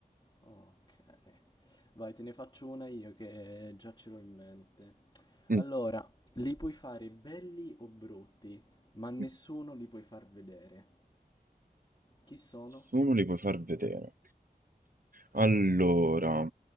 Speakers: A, on the left; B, on the right.
A: Ok, vai, te ne faccio una io che già ce l'ho in mente.
B: Mm.
A: Allora, li puoi fare belli o brutti, ma nessuno
B: mm.
A: li puoi far vedere. Chi sono?
B: Nessuno li puoi far vedere. Allora,